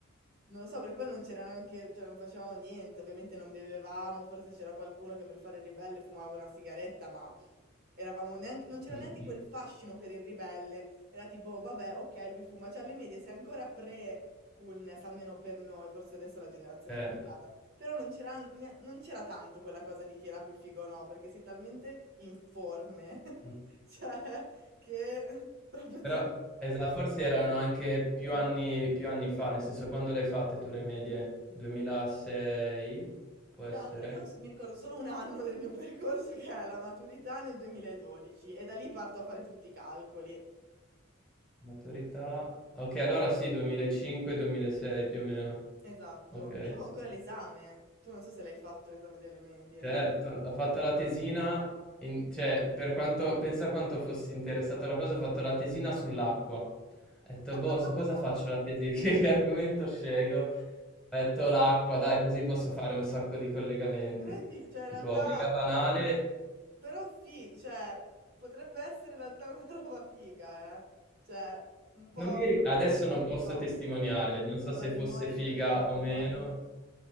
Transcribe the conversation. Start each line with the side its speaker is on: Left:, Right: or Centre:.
Right: Non lo so, perché poi non c'era neanche, cioè non facevamo niente, ovviamente non bevevamo, forse c'era qualcuno che per fare il ribelle fumava una sigaretta, ma eravamo neanche, non
Centre: mm,
Right: c'era neanche
Centre: mm,
Right: quel fascino per il ribelle, era tipo, vabbè, ok, lui fuma, cioè alle medie sei ancora pre-coolness, almeno per noi, forse adesso la generazione
Centre: certo.
Right: è cambiata, però non c'era an- ne- non c'era tanto quella cosa di chi era più figo o no, perché sei talmente informe, <laughs>
Centre: Mh.
Right: cioè che <laughs> proprio
Centre: Però
Right: ti...
Centre: esa forse erano anche più anni più anni fa, nel senso quando le hai fatte tu le medie? 2006? Può essere?
Right: Io- Allora, io s- mi ricordo solo un anno del mio percorso che è la maturità nel 2012 e da lì parto a fare tutti i calcoli.
Centre: Maturità okay, allora sì, 2005, 2006 più o meno.
Right: Esatto.
Centre: Okay,
Right: E io ho
Centre: sì,
Right: ancora
Centre: sì.
Right: l'esame. Tu non so se l'hai fatto l'esame delle medie.
Centre: Certo, ho fatto la tesina in cioè per quanto pensa quanto fossi interessato alla cosa, ho fatto la tesina sull'acqua. Ho detto:
Right: <laughs>
Centre: "Boh, su cosa faccio la tesi <laughs> che argomento scelgo?" Metto l'acqua, dai, così posso fare un sacco di collegamenti.
Right: Però sì, cioè in
Centre: Tipo,
Right: realtà
Centre: mega banale.
Right: Però fi- cioè, potrebbe essere in realtà una <laughs> roba figa, eh. Cioè, un po'
Centre: Non mi ri- Adesso non
Right: filosofica,
Centre: posso testimoniare, non so
Right: con
Centre: se
Right: la memoria
Centre: fosse figa
Right: dell'acqua.
Centre: o meno,